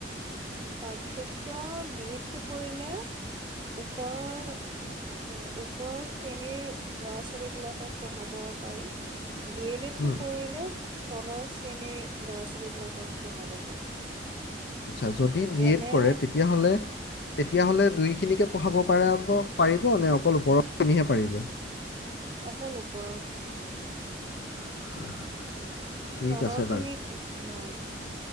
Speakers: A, on the right; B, on the left.
A: পাৰ্থক্য - বি এডটো কৰিলে ওপৰৰ, ওপৰৰ শ্ৰেণীৰ ল'ৰা ছোৱালীবিলাকক পঢ়াব পাৰি। ডি এল এড
B: উম,
A: তটো কৰিলেও তলৰ শ্ৰেণীৰ ল'ৰা ছোৱালী বিলাকক পঢ়াব পাৰি।
B: আচ্ছা যদি বি
A: যেনে
B: এড কৰে তেতিয়াহ'লে, তেতিয়াহ'লে দুই খিনিকে পঢ়াব পাৰব, পাৰিব নে অকল ওপৰৰত খিনিহে পাৰিব?
A: অকল ওপৰৰখিন।
B: <unintelligible> ঠিক
A: তলৰ
B: আছে
A: খিনিক নোৱাৰি।